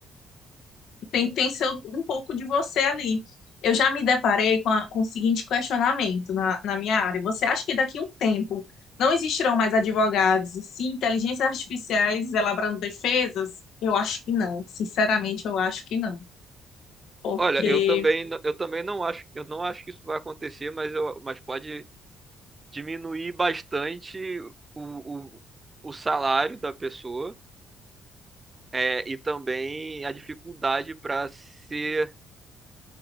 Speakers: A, on the left (about 70°); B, on the right (about 20°).
A: Tem, tem seu, um pouco de você ali. Eu já me deparei com, a- com o seguinte questionamento na, na minha área. Você acha que daqui a um tempo não existirão mais advogados e sim inteligências artificiais elaborando defesas? Eu acho que não. Sinceramente, eu acho que não. Porque,
B: Olha, eu também, eu também não acho, eu não acho que isso vai acontecer, mas, eu, mas pode diminuir bastante o, o, o salário da pessoa, é, e também a dificuldade para ser